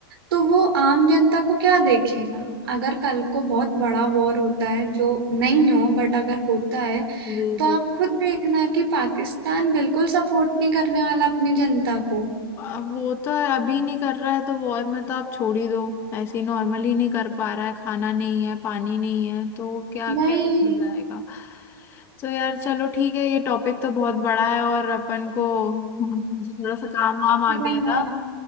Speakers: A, on the right (about 80°); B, on the left (about 20°).
A: तो वो आम जनता को क्या देखेगा अगर कल को बहुत बड़ा वॉर होता है जो नहीं हो बट अगर होता है
B: जी
A: तो
B: जी
A: आप खुद देखना कि पाकिस्तान बिल्कुल सपोर्ट नहीं करने वाला अपनी जनता को
B: अब वो तो है, अभी नहीं कर रहा है तो वॉर में तो आप छोड़ ही दो ऐसे ही नॉर्मली नहीं कर पा रहा है खाना नहीं है पानी नहीं है तो क्या क्या
A: वही
B: हो जाएगा तो यार चलो ठीक है ये टॉपिक तो बहुत बड़ा है और अपन को मुझे थोड़ा सा काम वाम आ
A: पूरा
B: गया था
A: हाँ